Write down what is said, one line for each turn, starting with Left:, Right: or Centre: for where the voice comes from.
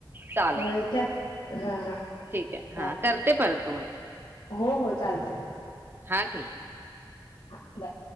Right: चालेल
Left: होय त्या हा हा
Right: ठीक ये
Left: चालते
Right: हा करते परत तुम्हाला
Left: हो हो चालतय.
Right: हा ठीक.
Left: हा बाय.